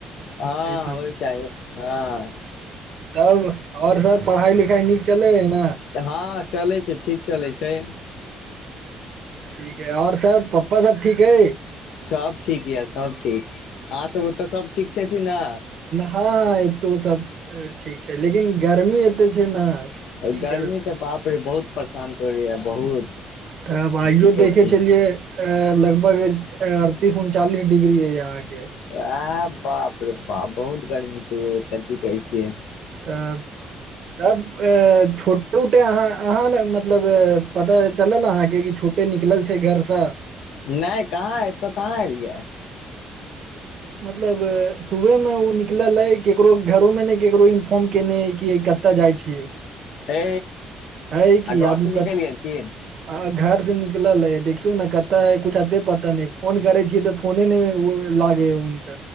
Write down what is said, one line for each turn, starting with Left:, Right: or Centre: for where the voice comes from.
Left: हँ
Right: छै तऽ
Left: होय चाही हँ
Right: तब आओर सब पढ़ाई लिखाई नीक चले है ने
Left: हँ चलैत छै ठीक चलैत छै
Right: ठीक है और सब पप्पा सब ठीक है
Left: सब ठीक यऽ सब ठीक अह सब ओतऽ सब ठीक छथिन ने
Right: हँ एतो सब ठीक छै लेकिन गर्मी एते छै ने की
Left: गर्मी
Right: कर
Left: तऽ बाप रे बहुत परेशान करैय बहुत
Right: तऽब आइयो
Left: की कहै
Right: देखे
Left: छै
Right: छलियै अ लगभग अड़तीस उनचालीस डिग्री है यहाँ के
Left: आ बाप रे बाप बहुत गर्मी छै ओ तऽ की कहै छियै
Right: तऽ तब अ छोटे उटे अहाँ अहाँ ने मतलब पता चलल अहाँके निकलल छै घरसँ
Left: नहि कहाँ एतो कहाँ आयल ले
Right: मतलब सुबह मे ओ निकलल छै केकरो घरो मे ने केकरो इन्फॉर्म केने है कि कतऽ जाइ छियै
Left: हे
Right: है
Left: आ
Right: कि
Left: घर
Right: आबू
Left: से निकेल
Right: कत
Left: गेलखिन
Right: आ घर से निकल है देखियौ ने कते ह कु अते पता नहि फोन करे छी तऽ फोने नहि लागेया उनक